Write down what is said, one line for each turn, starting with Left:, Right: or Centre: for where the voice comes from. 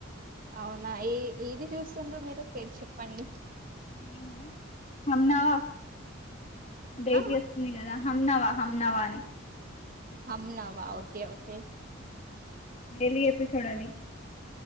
Right: అవునా ఏ ఏది చూస్తుండో మీరు పేరు చెప్పండి
Left: నేను అమ్మేవ డైట్
Right: ఆ
Left: చేస్తుంది కదా హమ్నావా హంనవాని
Right: హమ్నా బా ఒకే వస్తే
Left: డైలీ ఎపిసోడ్ అది